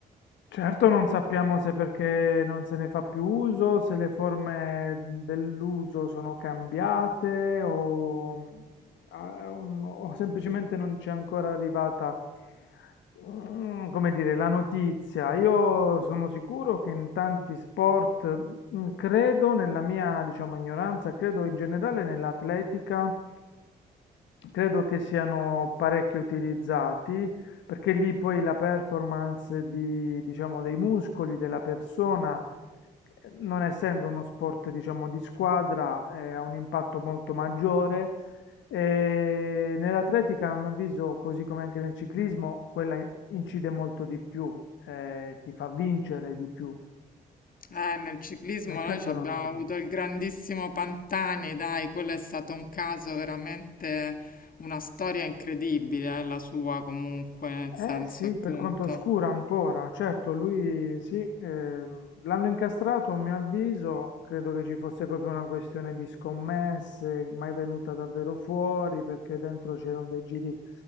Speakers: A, on the left; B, on the left.
A: Certo non sappiamo se perché non se ne fa più uso, se le forme dell'uso sono cambiate o, ah, o no- o semplicemente non c'è ancora arrivata, mm, come dire, la notizia. Io sono sicuro che in tanti sport, mm, credo nella mia, diciamo, ignoranza, credo in generale nell'atletica, credo che siano parecchio utilizzati. Perché lì poi la performance di, diciamo, dei muscoli, della persona, eh, non essendo uno sport, diciamo, di squadra, eh, ha un impatto molto maggiore. E nell'atletica, a mio avviso, così come anche nel ciclismo, quella incide molto di più, eh, ti fa vincere di più.
B: Eh, nel ciclismo
A: Nel calcio
B: noi ci abbiamo
A: non lo so.
B: avuto il grandissimo Pantani, dai, quello è stato un caso veramente una storia incredibile, eh, la sua comunque, nel
A: Eh
B: senso
A: sì,
B: appunto.
A: per quanto oscura ancora, certo, lui sì, ehm, l'hanno incastrato a mio avviso, credo che ci fosse proprio una questione di scommesse, mai venuta davvero fuori, perché dentro c'erano dei giri